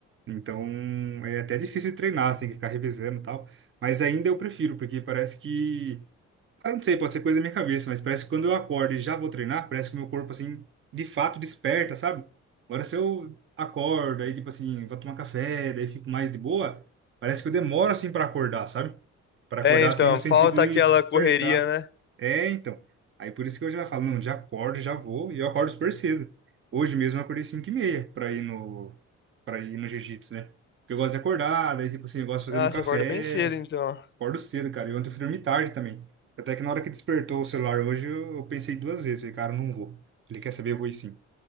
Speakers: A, on the right (about 40°); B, on the left (about 40°).
A: Então, é até difícil de treinar, você tem que ficar revezando e tal. Mas ainda eu prefiro, porque parece que eu não sei, pode ser coisa da minha cabeça, mas parece que quando eu acordo e já vou treinar, parece que o meu corpo, assim, de fato desperta, sabe? Agora, se eu acordo, aí, tipo assim, vou tomar café, daí fico mais de boa, parece que eu demoro, assim, para acordar, sabe? Para acordar,
B: É, então,
A: assim, no sentido
B: falta
A: de
B: aquela
A: despertar.
B: correria, né?
A: É, então. Aí, por isso que eu já falo, não, já acordo, já vou, e eu acordo super cedo. Hoje mesmo eu acordei 5 e meia para ir no, para ir no jiu-jitsu, né? Porque eu gosto de acordar, daí, tipo assim, eu gosto de fazer
B: Ah,
A: meu café.
B: você acorda bem cedo, então.
A: Acordo cedo, cara. E ontem eu fui dormir tarde também. Até que na hora que despertou o celular hoje, eu, eu pensei duas vezes. Falei, cara, eu não vou. Ele quer saber, eu vou ir sim.